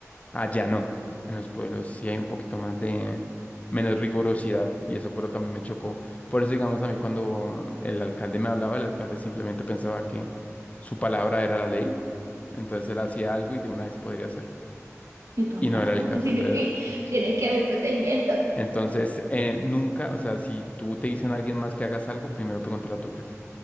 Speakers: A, on the left; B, on the right.
A: Allá no. En los pueblos sí hay un poquito más de menos rigorosidad y eso fue lo que a mí me chocó. Por eso, digamos, a mí cuando el alcalde me hablaba, el alcalde simplemente pensaba que su palabra era la ley, entonces él hacía algo y de una vez se podría hacer
B: Y todo
A: y
B: en
A: no
B: plan,
A: era
B: "Uh,
A: el caso.
B: tiene
A: Entonces,
B: que, tiene que haber procedimientos.
A: entonces eh, nunca, o sea, si tú te dicen a alguien más que hagas algo, primero pregúntale a tu jefe.